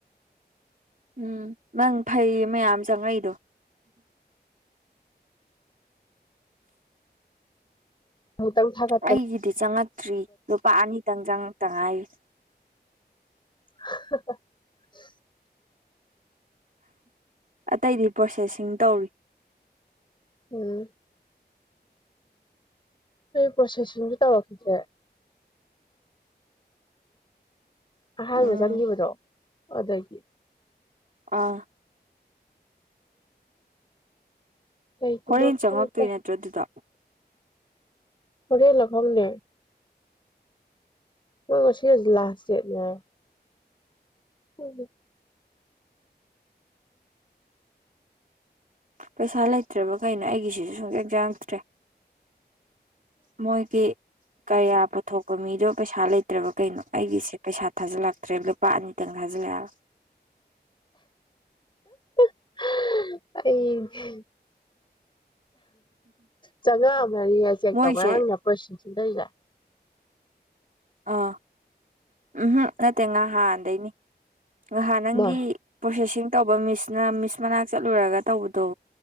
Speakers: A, on the right; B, on the left.
A: ꯎꯝ ꯅꯪ ꯐꯩ ꯃꯌꯥꯝ ꯆꯪꯉꯛꯏꯗꯣ
B: ꯑꯃꯨꯛꯇꯪ ꯊꯥꯒꯠꯄ
A: ꯑꯩꯒꯤꯗꯤ ꯆꯪꯉꯛꯇ꯭ꯔꯤ ꯂꯨꯄꯥ ꯑꯅꯤ ꯇꯪꯖꯪ ꯉꯥꯛꯇ ꯉꯥꯏꯔꯤ꯫
B: <unintelligible>
A: ꯑꯇꯩꯗꯤ ꯄ꯭ꯔꯣꯁꯦꯁꯤꯡ ꯇꯧꯔꯤ ꯫
B: ꯎꯝ꯫ ꯄ꯭ꯔꯁꯦꯁꯤꯡ ꯇꯔꯛ ꯈꯤꯗ꯭ꯔꯦ꯫ ꯑꯍꯥꯟꯕ
A: ꯎꯝ
B: ꯆꯪꯈꯤꯕꯗꯣ ꯑꯗꯒꯤ
A: ꯑꯥ꯫
B: ꯀꯩꯒꯤꯅꯣ
A: ꯍꯣꯔꯦꯟ
B: ꯈꯪꯗꯦ
A: ꯆꯪꯉꯛꯇꯣꯏ ꯅꯠꯇ꯭ꯔꯗꯨꯗꯣ?
B: ꯍꯣꯔꯦꯟ ꯂꯥ ꯈꯪꯗꯦ꯫ ꯍꯣꯏ ꯉꯁꯤ ꯂꯥꯁꯇ꯭ ꯗꯦꯠꯅꯤ ꯍꯥꯏꯌꯦ꯫ <unintelligible>
A: ꯄꯩꯁꯥ ꯂꯩꯇ꯭ꯔꯕ ꯀꯩꯅꯣ ꯑꯩꯒꯤꯁꯤꯁꯨ ꯁꯨꯡꯆꯪ ꯆꯥꯡ ꯇꯔ꯭ꯦ ꯃꯣꯏꯒꯤ ꯀꯔꯤꯌꯥ ꯄꯨꯊꯣꯛꯄ ꯃꯤꯗꯣ ꯄꯩꯁꯥ ꯂꯩꯇ꯭ꯔꯕ ꯀꯩꯅꯣ ꯑꯩꯒꯤꯁꯦ ꯄꯩꯁꯥ ꯊꯥꯖꯤꯜꯂꯛꯇ꯭ꯔꯦ ꯂꯨꯄꯥ ꯑꯅꯤꯇꯪ ꯊꯥꯖꯤꯜꯂꯛꯑꯕ
B: <unintelligible> ꯑꯩ ꯆꯥꯉꯥ ꯑꯃꯅꯤꯅꯤ ꯍꯥꯏ ꯆꯦꯛ
A: ꯃꯣꯏꯁꯦ
B: ꯇꯧ ꯉꯔꯥꯡꯅ ꯄ꯭ꯔꯣꯁꯁ <unintelligible>
A: ꯑꯥ꯫ ꯎꯝꯍꯝ ꯅꯠꯇꯦ ꯉꯥ ꯍꯥꯟꯗꯩꯅꯤ꯫ ꯉꯍꯥ ꯅꯪꯒꯤ
B: ꯃꯥ
A: ꯄ꯭ꯔꯣꯁꯦꯁꯤꯡ ꯇꯧꯕ ꯃꯤꯁꯅ ꯃꯤꯁ ꯃꯅꯥꯛ ꯆꯠꯂꯨꯔꯒ ꯇꯧꯕꯗꯣ